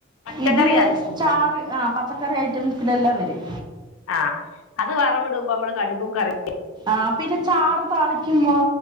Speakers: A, on the left; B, on the right.
A: പച്ചക്കറി
B: ഇതില്
A: കറി വെക്കുമ്പോ
B: ചാറ് ആഹ് പ പച്ചക്കറി ഐറ്റംസിനെല്ലാം വരും
A: ആഹ് അത് വറവിടുമ്പോ നമ്മള് കടുകും കറി
B: ആഹ് പിന്നെ ചാറ് താളിക്കുമ്പോ